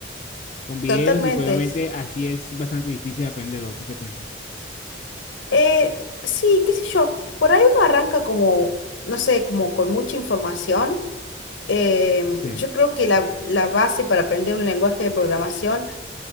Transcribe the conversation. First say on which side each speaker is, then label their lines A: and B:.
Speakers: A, on the left; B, on the left.
A: con videos
B: totalmente.
A: y pues obviamente así es bastante difícil aprenderlo. ¿Tú qué piensas?
B: Eh, sí, qué sé yo, por ahí uno arranca como, no sé, como con mucha información. Em,
A: Sí.
B: yo creo que la, la base para aprender un lenguaje de programación